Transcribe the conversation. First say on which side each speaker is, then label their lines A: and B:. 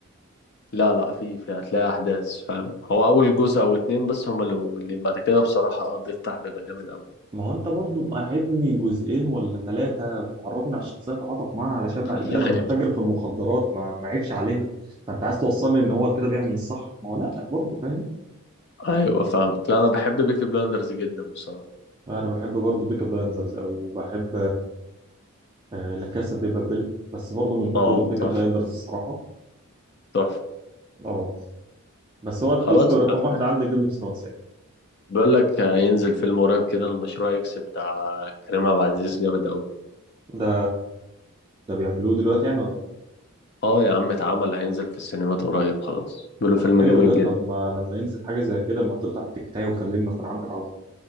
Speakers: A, on the left (about 50°); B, on the right (about 20°).
A: لا لا في في هتلاقي احداث فاهم هو اول جزء او اتنين بس هما اللي مملين بعد كده بصراحه آه، بيفتح بيبقى جامد قوي
B: ما هو انت برضو مقعدني جزئين ولا ثلاثه بتعرفني على الشخصيه اتعاطف معاها علشان
A: <laughs>
B: بعد كده لما
A: ايوه
B: اتاجر في المخدرات ما ما عيبش عليها فانت عايز توصلني ان هو كده بيعمل الصح ما هو لا برضه فاهم
A: ايوه فاهمك لا انا بحب بيكي بلاندرز جدا بصراحه
B: انا بحب برضه بيكا بلايندرز قوي وبحب آه، لا كاسا دي بابل بس برضه مش بقوة
A: اه
B: بيكي
A: تحفه
B: بلايندرز الصراحة
A: تحفه
B: اه بس هو التوب
A: خلاص
B: رقم
A: يا عم
B: واحد عندي جيم اوف ثرونز يعني
A: بيقول لك هينزل فيلم قريب كده المشروع اكس بتاع كريم عبد العزيز جامد قوي
B: ده ده بيعملوه دلوقتي يعني ولا ايه؟
A: اه يا عم اتعمل هينزل في السينمات قريب خلاص بيقولوا
B: طب
A: فيلم
B: حلو
A: جامد
B: ده
A: جدا
B: طب ما لما ينزل حاجة زي كده ما تقطع التيكتاية وكلمني اكون عندك على طول